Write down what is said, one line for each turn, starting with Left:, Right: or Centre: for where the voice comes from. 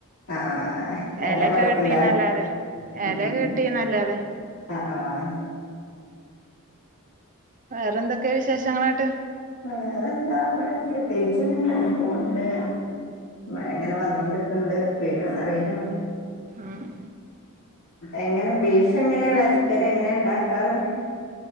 Left: ആഹ് ആഹ് എല
Right: എലക്കെ
Left: പറിക്ക്ണ്ടാവും
Right: കിട്ടീന്നല്ലാതെ
Left: ഉം
Right: എല
Left: ഉം
Right: കിട്ടീന്നല്ലാതെ.
Left: ആഹ് ആഹ്
Right: വേറെന്തൊക്കെയാ വിശേഷങ്ങള്ങ്ട്ട്?
Left: വേറെന്താ ഇവടെ പ്രത്യേകിച്ചൊന്നുല്ല ഇങ്ങ പോവ്ണ്ട്. മഴങ്ങനെ വന്നോണ്ട്ക്ക്ണ്ട് പെയ്യോന്നറീല്ല.
Right: ആഹ്.
Left: എങ്ങനെ ബീഫ് എങ്ങനെയാ വരട്ടൽ? എങ്ങനെയ ഉണ്ടാക്കാറ്?